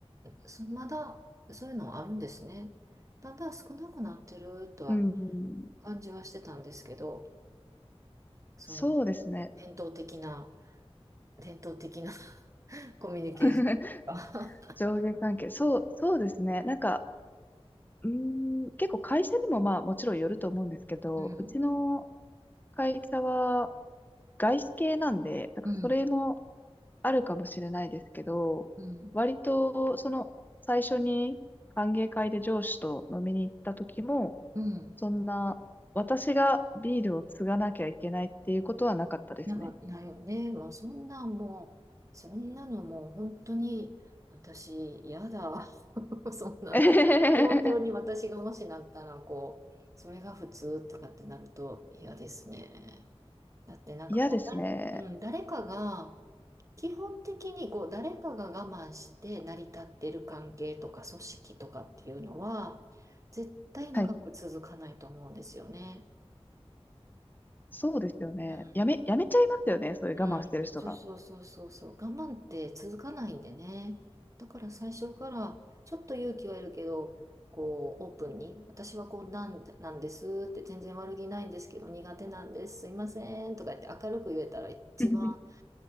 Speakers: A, on the right; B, on the left.
A: そまだそういうのあるんですね。だんだん少なくなってるとは
B: うん。
A: 感じはしてたんですけど、その
B: そうですね。
A: 伝統的な、伝統的な <laughs> コミュニケーションが
B: <laughs> 上下関係。そう、そうですね。なんか、うーん、結構会社にもまあもちろんよると思うんですけど、
A: <laughs>
B: うちの会社は外資系なんで、なんかそれも
A: うん、うん、
B: あるかもしれないですけど、
A: うん、
B: 割と、その、最初に歓迎会で上司と飲みに行った時も、
A: うん。
B: そんな、私がビールを継がなきゃいけないっていうことはなかったですね。
A: なんかないよね。もうそんなんもう、そんなのもう本当に私嫌だ。<laughs> そんな
B: <laughs>
A: 状況に私がもしなったら、こう、それが普通とかってなると嫌ですね。だってなんかこ
B: 嫌ですね。
A: う、うん、誰かが、基本的にこう誰かが我慢して成り立ってる関係とか組織とかっていうのは絶対長く続かないと思うんですよね。
B: はい。そうですよね。
A: うん。
B: やめ、やめちゃいますよね。そういう我慢してる人が。
A: うん。そうそうそうそうそう。我慢って続かないんでね。だから最初からちょっと勇気はいるけど、こうオープンに私はこうなんで、なんですって全然悪気ないんですけど苦手なんです。すいませんとか言って明るく言えたら一番
B: <laughs>